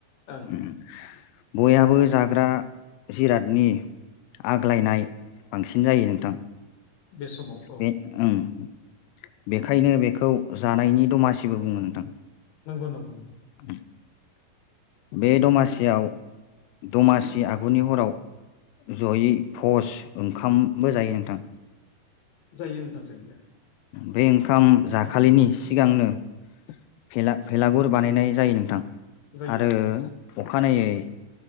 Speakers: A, on the left; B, on the left.
A: ओं
B: उम बयहाबो जाग्रा जिरादनि आग्लायनाय बांसिन जायो नोंथां।
A: बे समाव औ
B: बे ओं बेखायनो बेखौ जानायनि दमासिबो बुङो नोंथां।
A: नंगौ नंगौ नंगौ।
B: <inaudible> बे दमासियाव दमासि आगुनि हराव जयै प'स ओंखामबो जायो नोंथां।
A: जायो नोंथां जायो।
B: बे ओंखाम जाखालिनि सिगांनो फेला भेलागुर बानायनाय जायो नोंथां।
A: जायो
B: आरो
A: जायो
B: अखानायै।